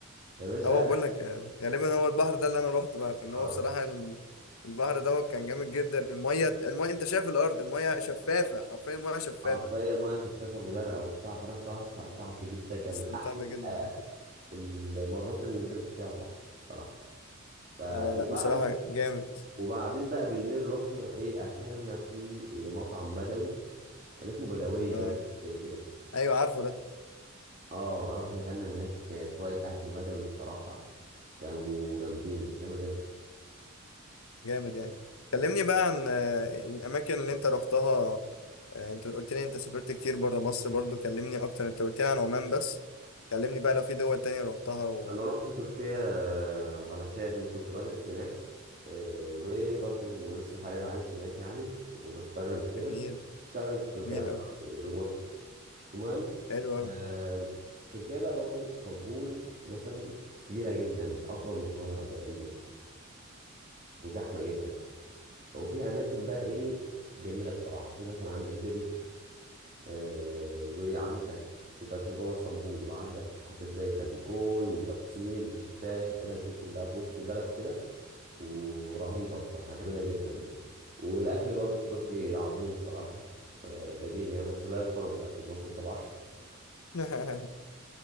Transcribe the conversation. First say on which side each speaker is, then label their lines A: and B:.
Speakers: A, on the right; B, on the left.
A: يا باشا
B: هو بقول لك آه، غالبا هو البحر ده اللي انا روحته بقى فان
A: آه،
B: هو بصراحه ال- البحر دوت كان جامد جدا الميه الميه انت شايف الارض الميه شفافه حرفيا الميه شفافه
A: حرفيا ميه شفافه وزرقاء وبتاع فانا الصراحه استمتعت جدا كان
B: استمتعت
A: من احلى
B: جدا
A: آه،
B: انا كده
A: المرات اللي نزلت فيها البحر بصراحه ف...
B: اه
A: وبعد
B: لا بصراحه جامد
A: وبعدين بقى بالليل رحنا ايه اكلنا في إيه مطعم بدوي كان اسمه بدويه
B: اه
A: بقى حاجه زي كده
B: ايوه عارفه ده
A: اه رحنا اكلنا هناك شويه اكل بدوي بصراحه كانوا جامدين جامدين
B: جامد يعني
A: دي
B: كلمني بقى عن آه، الاماكن اللي انت روحتها آه، انت قلت لي انت سافرت كتير بره مصر برضو كلمني اكتر انت قلت لي عن عمان بس كلمني بقى لو في دول تانية روحتها و...
A: انا رحت تركيا آه، علشان كنت بدرس هناك آه، وبرضو لسه حاليا عايش هناك يعني وبشتغل وكده
B: جميل
A: بشتغل في تركيا
B: جميل قوي
A: ريموتلي المهم
B: حلو قوي
A: آه، تركيا بقى برضو اسطنبول مثلا كبيرة جدا اكبر من القاهرة تقريبا وزحمة جدا وفي اماكن بقى ايه جميلة بصراحة في مثلا عندك بيبك آه، وعندك ده في جوه اسطنبول وعندك حتت زي كاديكوي وتقسيم بشكتاش الحتت دي كلها في وسط البلد كده و- ورهيبة بصراحة جميلة جدا و... والأكل برضو التركي عظيم الصراحة آه، جميل يعني بس لا يقارن بالأكل المصري طبعا <laughs>
B: <laughs>